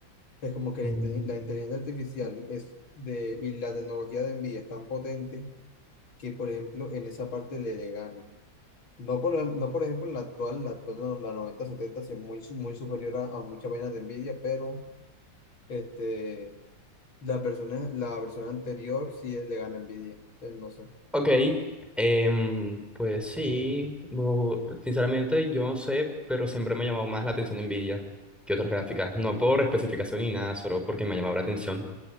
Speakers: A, on the left; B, in the centre.
A: Es como que
B: Mm,
A: la, inte- la inteligencia artificial es de, y la tecnología de Nvidia es tan potente que, por ejemplo, en esa parte le, le gana. No por, la- no por ejemplo, en la actual, la actual, no, la 9070 sí es muy, su- muy superior a, a muchas vainas de Nvidia, pero... Este, la persona, la versión anterior sí le gana envidia. Entonces, no sé.
B: Ok, em, pues sí, bo- sinceramente yo no sé, pero siempre me ha llamado más la atención Nvidia que otras gráficas, no por especificación ni nada, solo porque me ha llamado la atención.